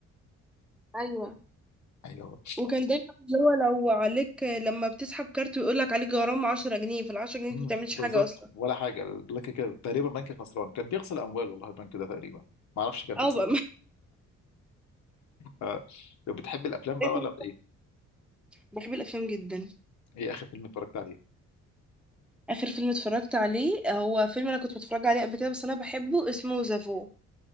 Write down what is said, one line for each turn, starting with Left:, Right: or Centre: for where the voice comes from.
Centre: ايوه
Left: ايوه
Centre: وكان دايما اللي هو لو عليك لما بتسحب كارت ويقول لك عليك غرامه 10 جنيه في ال 10 جنيه
Left: مم،
Centre: دي ما بتعملش
Left: بالظبط
Centre: حاجه اصلا
Left: ولا حاجه لكن كده تقريبا بنك خسران كان بيغسل اموال والله البنك ده تقريبا ما اعرفش كان
Centre: او
Left: بيكسب
Centre: بقى
Left: منين ف... طب بتحب الافلام بقى
Centre: إيه
Left: ولا
Centre: ده؟
Left: ايه؟
Centre: بحب الافلام جدا
Left: ايه اخر فيلم اتفرجت عليه
Centre: اخر فيلم اتفرجت عليه هو فيلم انا كنت بتفرج عليه قبل كده بس انا بحبه اسمه زافو